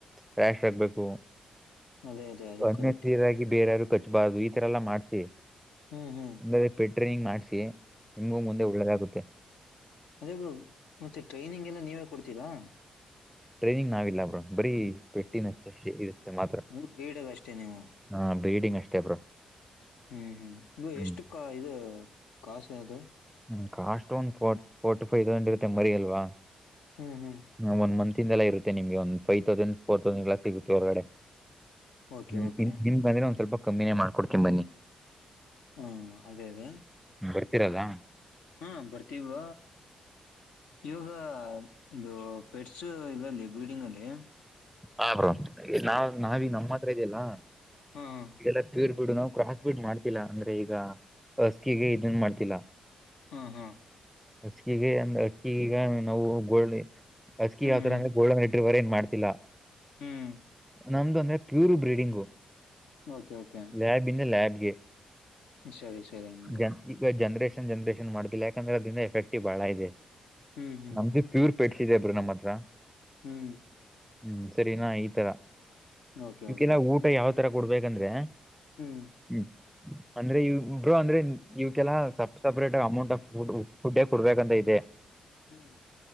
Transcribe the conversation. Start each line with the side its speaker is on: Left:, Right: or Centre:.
Centre: ಕ್ಯಾಶ್ ಆಗ್ಬೇಕು.
Left: ಅದೇ ಅದೇ ಅದು
Centre: ಒನ್ನೆ
Left: ಕರೆಕ್ಟೆ
Centre: ಸೀರಾಗಿ ಬೇರಾರರು ಕಚ್ಬಾರ್ದು ಈತರ ಎಲ್ಲಾ ಮಾಡ್ಸ.
Left: ಹು ಹು
Centre: ಬರೆ ಪೆಟ್ರೆನಿಂಗ್ ಮಾಡ್ಸಿ ನಿಮಂಗ ಮುಂದೆ ಒಳ್ಳೇದಾಗುತ್ತೆ.
Left: ಅದೇಗೋ ಮತ್ತೆ ಟ್ರೈನಿಂಗ್ ಎಲ್ಲ ನೀವೇ ಕೊಡ್ತಿೀರಾ.
Centre: ಟ್ರೈನಿಂಗ್ ನಾವಿಲ್ಲಾ ಬ್ರ ಬರೀ ಪೆಟ್ಟಿನಷ್ಟ ಇಷ್ಟೇ ಮಾತ್ರ.
Left: ಹು ಬೇಡಿವ್ ಅಷ್ಟೇ ನೀವು.
Centre: ಹಾ ಬೇಡಿಗೆ ಅಷ್ಟೇ ಬ್ರೋ
Left: ಹ್ಮ್ ಹ್ಮ್ ಇದು
Centre: ಹ್ಮ್
Left: ಎಷ್ಟು ಕ ಇದ ಕಾಸ ಯಾದು.
Centre: ಹ್ಮ್ ಕಾಸ್ಟ್ ಒಂದ್ ಫ ಫೋರ್ಟಿ ಫೈವ್ ಈಸಕೊಂಡ ಇರತ್ತೆ ಮರಿ ಅಲ್ವಾ?
Left: ಹ್ಮ್ ಹ್ಮ್
Centre: ಹ ಒಂದ ಮಂತ ಇಂದಯಲ್ಲ ಇರುತ್ತೆ ನಿಮಗೆ ಒಂದು ಫೈ್ ತೌಸಂಡ್ ಫೋರ ತೌಸಂಡ ಎಲ್ಲ ಸಿಗುತ್ತೆ ಹೊರಗಡೆ.
Left: ಓಕೆ
Centre: ಹ್ಮ್
Left: ಓಕೆ
Centre: ನಿಮ್ಗ ನಿಮ್ಗ ಅಂದ್ರೆ ಒಂದ್ ಸ್ವಲ್ಪ ಕಮ್ಮಿನೇ ಮಾಡಿ ಕೊಡತೀನಿ ಬನ್ನಿ.
Left: ಹ್ಮ ಅದೇ ಅದೇ
Centre: ಬರ್ತಿರಲ್ಲ.
Left: ಹಾ ಬರ್ತೀವ ಈವಾಗ ಅದ ಬೆಟ್ಸ್ ಇಲ್ಲಿ ಬಿಲ್ಡಿಂಗ್ ಅಲ್ಲಿ.
Centre: ಹ ಬ್ರ ನಾವ ನಾವಿ ನಮ್ಮ ಹತ್ರ ಇದಲ್ಲ
Left: ಹಾ ಹಾ
Centre: ಇದೆಲ್ಲ ಕೀರ್ ಬಿಡು ನಾವು ಕ್ರಾಸ್ ಬಿಡ್ ಮಾಡ್ತಿಲ್ಲಾ ಅಂದ್ರೆ ಈಗ ಅಸ್ಕಿಗೆ ಇದನ್ ಮಾಡ್ತಿಲ್ಲ.
Left: ಹಾ ಹಾ
Centre: ಹಸಕಿಗೆ ಅಂದ್ ಹಸಿಗೆಗ ಈಗ ನಾವು ಗೋಿಣಿ ಅಸ್ಕಿ
Left: ಹ್ಮ್
Centre: ಯಾವತರ ಅಂದ್ರೆ ಗೋಲ್ಡ್ವರ ಏನ್ ಮಾಡ್ತಿಲ್ಲ.
Left: ಹ್ಮ್
Centre: ನಮ್ದು ಅಂದ್ರೆ pure breeding.
Left: Okay okay.
Centre: Lab ಇಂದ ಲ್ಯಾಬ್ಗೆ.
Left: ಸರಿ ಸರಿ <unintelligible>
Centre: ಜನ್ ಈಗ ಜನ್ರೇಷನ್ ಜನ್ರೇಷನ್ ಮಾಡುದಿಲ್ಲ ಯಾಕಂದ್ರೆ ಅದಿಂದ ಎಫೆಕ್ಟವ ಬಾಳ ಇದೆ
Left: ಹ್ಮ್ ಹ್ಮ್
Centre: ನಮ್ದಿ ಪ್ಯೂರ್ ಪೆಟ್ಸ್ ಇದೆ ಬ್ರರು ನಮ್ಮ ಹತ್ರ.
Left: ಹ್ಮ್
Centre: ಹ್ಮ್ ಸರಿನಾ ಈ ತರ
Left: ಓಕೆ
Centre: ನಿವ್ಕಲ್ಲ
Left: ಓಕೆ
Centre: ಊಟ ಯಾವ ತರ ಕೊಡ್ಬೇಕಂದ್ರೆ.?
Left: ಹ್ಮ್
Centre: ಹ್ಮ್ ಅಂದ್ರೆ ಇ ಬ್ರೊ ಅಂದ್ರೆ ಇವಕೆಲ್ಲ ಸಪ್ ಸಪ್ರೇಟ್ ಅಮೌಂಟ್ ಆಫ್ ಫುಡ್ ಕೊಡ್ಬೇಕಂತ ಇದೆ.
Left: <unintelligible> ಹ್ಮ್